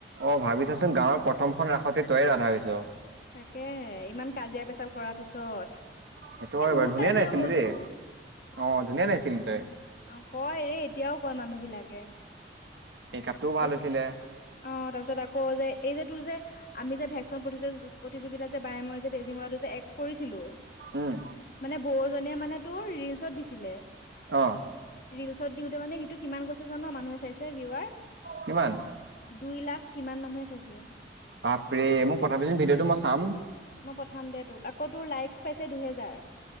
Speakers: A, on the right; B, on the left.
A: অ ভাবিছাচোন গাঁৱৰ প্ৰথমখন ৰাসতে তয়ে ৰাধা হৈছ।
B: তাকে ইমান কাজিয়া পেচাল কৰাৰ পিছত,
A: সেইটো হয়
B: এ বহুত
A: বাৰু ধুনীয়া
B: কাজিয়া
A: নাচিলি
B: হ'লতো।
A: দেই অ ধুনীয়া নাগিছিল তাই
B: অ কয় ৰে এতিয়াও কয় মানুহ বিলাকে।
A: মেকআপটোও
B: তাৰপিছত,
A: ভাল হৈছিলে
B: অ তাৰপিছত আকৌ যে এই যে তোৰ যে আমি যে ভেকচন প্ৰতিযোগিতাত যে বাই মই যে তেজীমলাটো যে এক্ট কৰিছিলো,,
A: উম
B: মানে বৌজনীয়ে মানে তোৰ ৰিলচত দিছিলে।
A: অ
B: ৰিলছত দিওঁতে মানে সেইটো কিমান গৈ ছে জান মানুহে চাইছে ভিৱাৰ্চ,
A: কিমান
B: দুই লাখ কিমান মানুহে চাইছে।
A: বাপ ৰে মোক পথাবিচোন ভিডিঅ'টো মই চাম।
B: মই পঠাম দে তোক, আকৌ তোৰ লাইক পাইছে দুহেজাৰ।